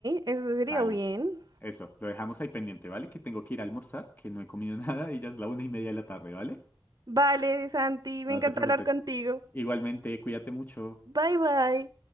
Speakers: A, on the right; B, on the left.
A: eso sería
B: Dale.
A: bien.
B: Eso, lo dejamos ahí pendiente, ¿vale? Que tengo que ir a almorzar, que no he comido <laughs> nada y ya es la una y media de la tarde, ¿vale?
A: Vale, Santi, me
B: No
A: encantó
B: te preocupes.
A: hablar contigo.
B: Igualmente, cuídate mucho.
A: Bye bye.